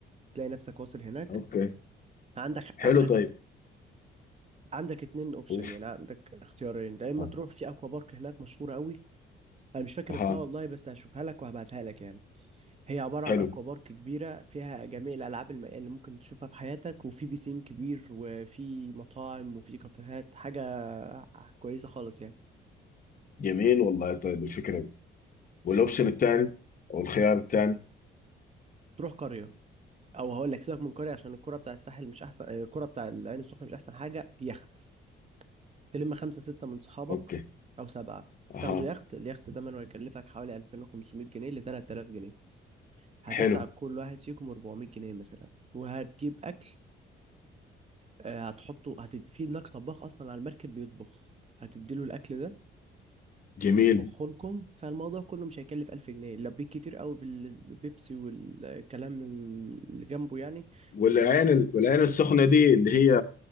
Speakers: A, on the right (about 35°); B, on the left (about 45°).
A: تلاقي نفسك واصل هناك
B: اوكي
A: عندك
B: حلو
A: عندك
B: طيب
A: عندك اتنين اوبشن
B: اوف
A: يعني عندك اختيارين يا اما
B: اها
A: تروح في اكوا بارك هناك مشهورة قوي انا مش فاكر
B: أها.
A: اسمها والله بس هشوفها لك وهبعتها لك يعني هي عبارة
B: حلو
A: عن اكوا بارك كبيرة فيها جميع الالعاب المائية اللي ممكن تشوفها في حياتك وفي بيسين كبير وفي مطاعم وفي كافيهات حاجة كويسة خالص يعني
B: جميل والله طيب الفكرة دي والاوبشن الثاني او الخيار الثاني
A: تروح قرية او هقول لك سيبك من قرية عشان الكرة بتاع الساحل مش احسن يعني الكرة بتاع العين السخنة مش احسن حاجة يخت تلم خمسة ستة من صحابك
B: اوكي
A: او سبعة
B: اها
A: تاخدوا يخت اليخت ده من هيكلفك حوالي 2500 جنيه ل 3000 جنيه هتدفع
B: حلو
A: كل واحد فيكم 400 جنيه مثلا وهتجيب اكل آه، هتحطه هتدي في هناك طباخ اصلا على المركب بيطبخ هتديله الاكل ده
B: جميل
A: يطبخه لكم فالموضوع كله مش هيكلف 1000 جنيه لو بيك كتير قوي بالبيبسي والكلام اللي جنبه يعني
B: والعين
A: هيكلف
B: ال- والعين السخنة دي اللي هي